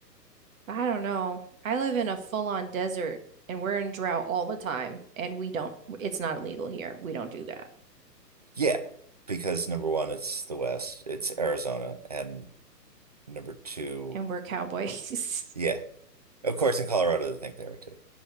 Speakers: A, on the right (about 55°); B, on the right (about 25°).
A: I don't know. I live in a full-on desert and we're in drought all the time and we don't it's not illegal here. We don't do that.
B: Yeah, because number one, it's the West, it's Arizona, and number two
A: And we're cowboys.
B: Yeah. Of course, in Colorado, they think there are too.